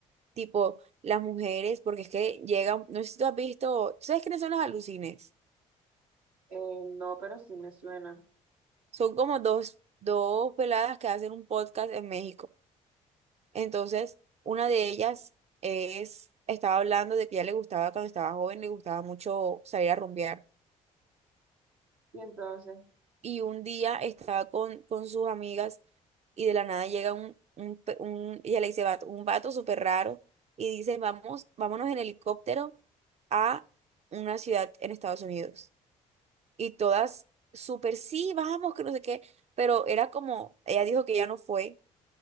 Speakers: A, on the right; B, on the right.
A: tipo las mujeres, porque es que llegan, no sé si tú has visto, ¿sabes quiénes son las alucines?
B: Eh, no, pero sí me suena.
A: Son como dos, dos peladas que hacen un podcast en México. Entonces, una de ellas es, estaba hablando de que ya le gustaba cuando estaba joven, le gustaba mucho salir a rumbear.
B: Y entonces,
A: y un día estaba con, con sus amigas y de la nada llega un, un, pe- un- ella le dice, vato, un vato súper raro y dice, vamos, vámonos en helicóptero a una ciudad en Estados Unidos. Y todas súper, sí, vamos, que no sé qué, pero era como, ella dijo que ya no fue